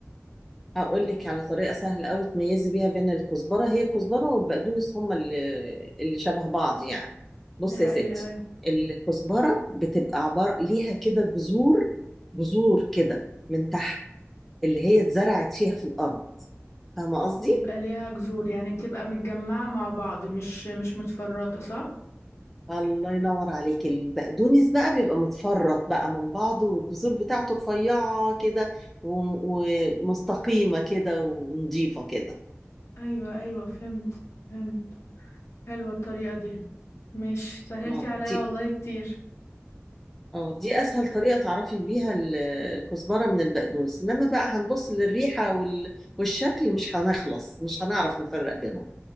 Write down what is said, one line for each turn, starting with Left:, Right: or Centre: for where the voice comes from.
Centre: هقول لك على طريقة سهلة قوي تميزي بيها بين الكزبرة هي الكزبرة والبقدونس هما اللي, اللي شبه بعض يعني بصي
Left: دي حقيقة
Centre: يا ستي الكزبرة بتبقى عبارة ليها كده جذور جذور كده من تحت اللي هي اتزرعت فيها في الأرض فاهمة قصدي؟
Left: بيبقى ليها جذور يعني بتبقى متجمعة مع بعض مش مش متفرطة صح
Centre: الله ينور عليك البقدونس بقى بيبقى متفرط بقى من بعضه والجذور بتاعته رفيعة كده و- ومستقيمة كده ونظيفة كده
Left: ايوه ايوه فهمت فهمت حلوة الطريقة دي مش سهلتي
Centre: اه
Left: عليا
Centre: دي
Left: والله كتير
Centre: اه دي اسهل طريقه تعرفي بيها ال- الكزبره من البقدونس انما بقى هنبص للريحه وال... والشكل مش هنخلص مش هنعرف نفرق بينهم